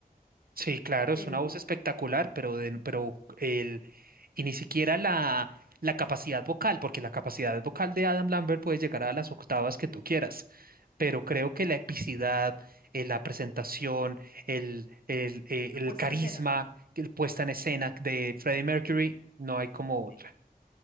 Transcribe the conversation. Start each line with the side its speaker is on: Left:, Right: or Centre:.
Right: Sí, claro, es
Left: pero
Right: una voz espectacular, pero, de- pero el, y ni siquiera la, la capacidad vocal, porque la capacidad vocal de Adam Lambert puede llegar a las octavas que tú quieras, pero creo
Left: sí,
Right: que la epicidad, eh, la presentación, el, el, eh, el
Left: la puesta
Right: carisma,
Left: en escena.
Right: que el puesta en escena
Left: Sí,
Right: de Freddie Mercury, no hay como otra.
Left: sí.